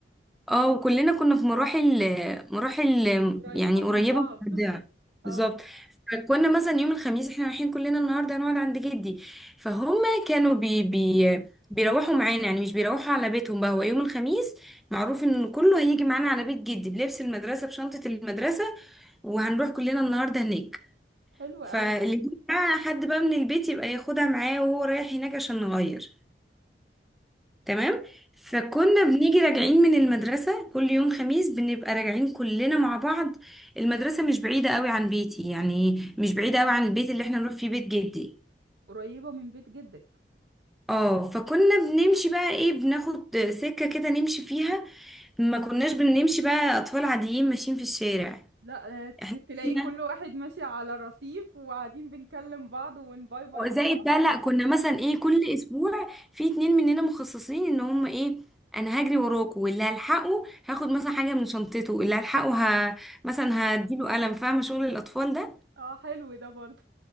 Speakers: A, in the centre; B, on the right.
A: اه وكلنا كنا في مراحل مراحل
B: قريبة
A: يعني
B: من
A: قريبة
B: بعض
A: من بعضها بالظبط
B: اه
A: فكنا مثلا يوم الخميس احنا رايحين كلنا النهارده هنقعد عند جدي فهم كانوا بي بي بيروحوا معانا يعني مش بيروحوا على بيتهم بقى هو يوم الخميس معروف ان كله هيجي معانا على بيت جدي بلبس المدرسة بشنطة المدرسة وهنروح كلنا النهارده هناك
B: حلو
A: فاللي
B: قوي
A: بقى حد بقى من البيت يبقى ياخدها معاه وهو رايح هناك عشان نغير تمام
B: <laughs>
A: فكنا بنيجي راجعين من المدرسة كل يوم خميس بنبقى راجعين كلنا مع بعض المدرسة مش بعيدة قوي عن بيتي يعني مش بعيدة قوي عن البيت اللي احنا نروح فيه بيت جدي
B: قريبة من بيت جدك
A: اه فكنا بنمشي بقى ايه بناخد سكة كده نمشي فيها ما كناش بنمشي بقى اطفال عاديين ماشيين في الشارع
B: لا آه، ت-
A: احنا
B: تلاقي كل واحد ماشي على رصيف وقاعدين بنكلم بعض ونباي باي لبعض
A: زائد ده لا كنا مثلا ايه كل اسبوع في اتنين مننا مخصصين ان هم ايه انا هجري وراكوا واللي هلحقه هاخد مثلا حاجه من شنطته واللي هلحقه ه... مثلا هديله قلم فاهمه شغل الاطفال ده
B: اه حلو ده برضه